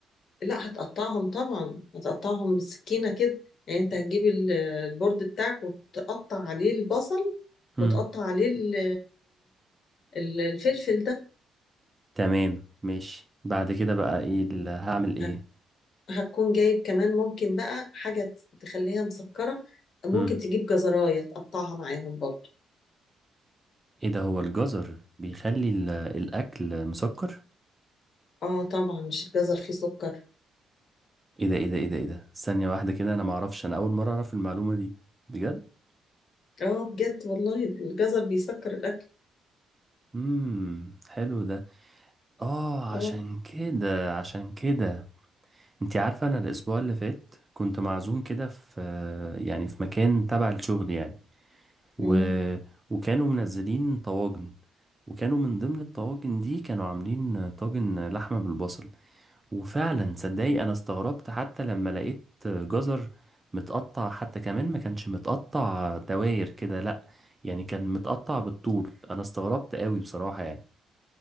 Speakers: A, on the left; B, on the right.
A: لا هتقطعهم طبعا هتقطعهم بالسكينة كده يعني انت هتجيب ال- البورد بتاعك وتقطع عليه البصل
B: امم
A: وتقطع عليه ال- ال- الفلفل ده
B: تمام ماشي بعد كده بقى ايه ال- هعمل ايه
A: هت- هتكون جايب كمان ممكن بقى حاجة تخليها مسكرة ممكن
B: امم
A: تجيب جزراية تقطعها معاهم برضه
B: ايه ده هو الجزر بيخلي ال- الاكل مسكر
A: اه طبعا مش الجزر فيه سكر
B: ايه ده ايه ده ايه ده ايه ده ثانية واحدة كده انا معرفش انا اول مرة اعرف المعلومة دي بجد
A: اه بجد والله الجزر بيسكر الاكل
B: امم حلو ده اه
A: اه
B: عشان كده عشان كده انت عارفة انا الاسبوع اللي فات كنت معزوم كده في يعني في مكان تبع الشغل يعني و...
A: امم
B: وكانوا منزلين طواجن وكانوا من ضمن الطواجن دي كانوا عاملين طاجن لحمة بالبصل وفعلا صدقي انا استغربت حتى لما لقيت جزر متقطع حتى كمان ما كانش متقطع دواير كده لا يعني كان متقطع بالطول انا استغربت قوي بصراحة يعني